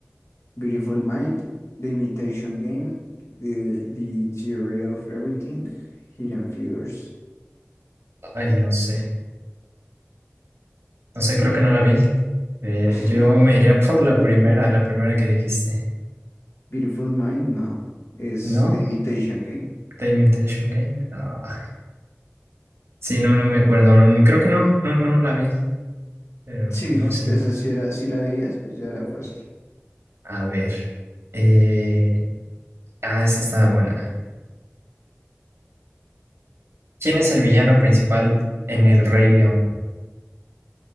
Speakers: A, on the left; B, on the right.
A: Beautiful Mind, The Imitation Game, The, The Theory of Everything, Hidden Figures.
B: Ay, no sé. No sé, creo que no la vi. Eh,
A: <laughs>
B: yo me iría <laughs> por la primera, la primera que dijiste.
A: Beautiful Mind, no, es
B: ¿No?
A: The Imitation Game.
B: The Imitation Game. Ah, sí, no, no me acuerdo. Mm, Creo que no, no, no la vi. Pero
A: Sí,
B: si no, sí.
A: esa sí era, si la veías, pues ya era fácil.
B: A ver. Eh, ah, esta estaba buena. ¿Quién es el villano principal en El Rey León?